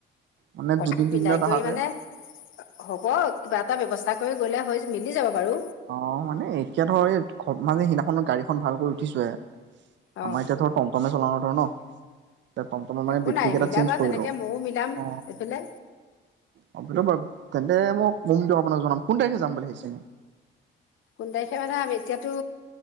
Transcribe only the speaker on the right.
মানে
দুদিন তিনিদিনত
আহাকে
অ মানে এতিয়া ধৰ এই মানে সেইদিনাখনো গাড়ীখন খন ভাল কৰি উঠিছোহে।
আমাৰ এতিয়া ধৰ টমটমে চলাওঁ আৰু ন? এতিযায় টমটমৰ মানে
বেটৰী
কেইটা
চেঞ্জ কৰিলো
অ
অ ব বা তেন্তে মোক কম আপোনাক জনাম কোন তাৰিখে যাম বুলি ভাবিছে?